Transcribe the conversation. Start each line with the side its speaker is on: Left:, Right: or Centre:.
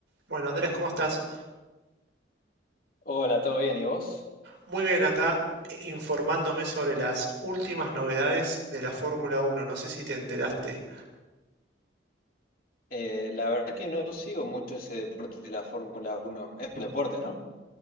Right: Bueno, Andrés, ¿cómo estás?
Left: Hola, ¿todo bien? ¿Y vos?
Right: Muy bien, acá eh, informándome sobre las últimas novedades de la Fórmula Uno. No sé si te enteraste.
Left: Eh, la verdad que no sigo mucho ese deporte de la Fórmula Uno. Es un deporte, ¿no?